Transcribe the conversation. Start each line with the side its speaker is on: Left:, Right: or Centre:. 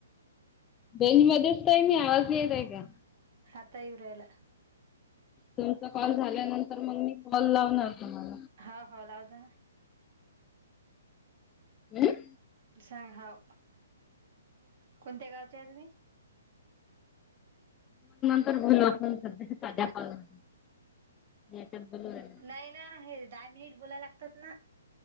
Left: रेंज मध्येच त हाय मी आवाज नाही येत आहे का?
Right: आता इवूरायला.
Left: तुमचा कॉल झाल्यानंतर मंग मी कॉल लावणार तुम्हाला.
Right: हा हो लाव जा ना.
Left: हम्म.
Right: सांग हाव. कोणत्या गावच्या आहे तुम्ही?
Left: <unintelligible> राहिला.
Right: नाही ना हे दहा मिनिट बोलाय लागतत ना.